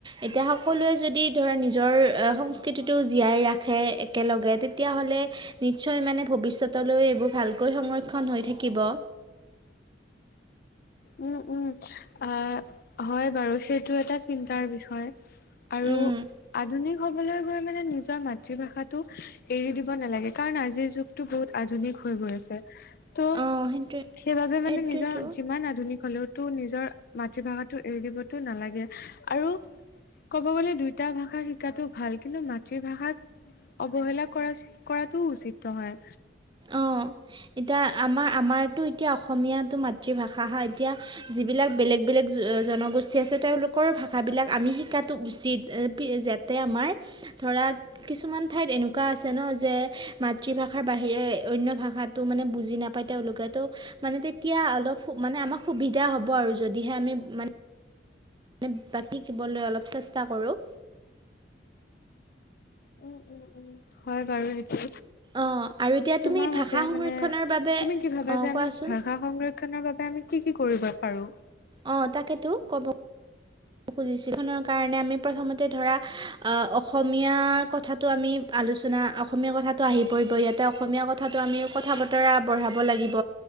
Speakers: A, on the right; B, on the left.
A: এতিয়া সকলোৱে যদি ধৰা নিজৰ সংস্কৃতিটো জীয়াই ৰাখে একেলগে তেতিয়া হ'লে নিশ্চয় মানে ভৱিষ্যতলৈ এইবোৰ ভাল সংৰক্ষণ হৈ থাকিব
B: উম উম আহ হয় বাৰু সেইটো এটা চিন্তাৰ বিষয় আৰু
A: উম
B: আধুনিক হবলৈ মানে নিজৰ মাতৃভাষাটো এৰি দিব নালাগে কাৰণ আজিৰ যুগতটো বহুত আধুনিক হৈ গৈ আছে ত
A: অঁ সেইটোৱে
B: সেইবাবে মানে
A: সেইটোৱেতো
B: নিজৰ যিমান আধুনিক নিজৰ মাতৃভাষাটো এৰি দিবতো নালাগে আৰু ক'ব গ'লে দুইটা ভাষা শিকাতো ভাল কিন্তু মাতৃভাষাত অৱহেলা কৰা কৰাটো উচিত নহয়
A: অঁ এতিয়া আমাৰ আমাৰতো এতিয়া অসমীয়াটো মাতৃভাষাহা এতিয়া বিলাক বেলেগ বেলেগ জনগোষ্ঠী আছে তেওঁলোকৰ ভাষাবিলাক আমি শিকাটো উচিত তাতে আমাৰ ধৰা কিছুমান ঠাইত এনেকুৱা আছে ন যে মাতৃভাষাৰ বাহিৰে অন্য ভাষাত মানে বুজি নাপায় তেওঁলোকে ত' মানে তেতিয়া অলপ মানে আমাক সুবিধা হ'ব আৰু যদিহে আমি মানে মানে বাকী কিবলৈ অলপ চেষ্টা কৰোঁ।
B: উম উম উম হয় বাৰু সেইটো
A: অ আৰু এতিয়া
B: তোমাৰ
A: তুমি
B: মতে
A: ভাষা সংৰক্ষণৰ
B: মানে
A: বাবে
B: তুমি কি ভাবা
A: অঁ
B: যে আমি
A: কোৱাচোন
B: ভাষা সংৰক্ষনৰৰ বাবে আমি কি কি কৰিব পাৰো।
A: অ তাকেতো কব। কাৰণে আমি প্ৰথমতে ধৰা আহ অসমীয়াৰ কথাটো আমি আলোচনা অসমীয়া কথাটো আহি পৰি ই অসম কথাটো আমিথা বতৰা বঢ়াব লাগিব